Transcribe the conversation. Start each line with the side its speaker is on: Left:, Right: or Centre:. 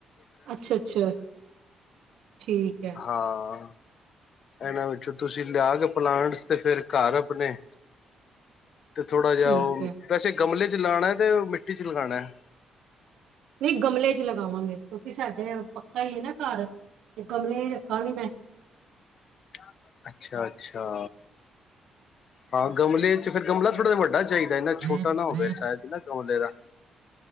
Right: ਅੱਛਾ ਅੱਛਾ ਠੀਕ ਐ।
Left: ਹਾਂ। ਇਹਨਾਂ ਵਿੱਚੋਂ ਤੁਸੀਂ ਲਿਆ ਕੇ ਪਲਾਂਟਸ ਤੇ ਫਿਰ ਘਰ ਆਪਣੇ ਤੇ ਥੋੜਾ ਜਿਹਾ
Right: ਠੀਕ
Left: ਉਹ,
Right: ਹੈ
Left: ਵੈਸੇ ਗਮਲੇ ਚ ਲਾਣਾ ਤੇ ਮਿੱਟੀ ਚ ਲਗਾਣਾ ਐ
Right: ਨਹੀਂ ਗਮਲੇ ਚ ਲਗਾਵਾਂਗੇ ਕਿਉਂਕਿ ਸਾਡੇ ਪੱਕਾ ਹੀ ਹੈ ਨਾ ਘਰ ਤੇ ਗਮਲੇ ਚ ਰੱਖਾਂਗੀ ਮੈਂ
Left: <inaudible> ਅੱਛਾ-ਅੱਛਾ। ਹਾਂ ਗਮਲੇ ਚ ਫੇਰ ਗਮਲਾ ਥੋੜ੍ਹਾ ਵੱਡਾ ਚਾਹੀ ਇੰਨਾ
Right: ਹਾਂਜੀ
Left: ਛੋਟਾ ਨਾ ਹੋਵੇ ਸ਼ਾਇਦ ਨਾ ਗਮਲੇ ਦਾ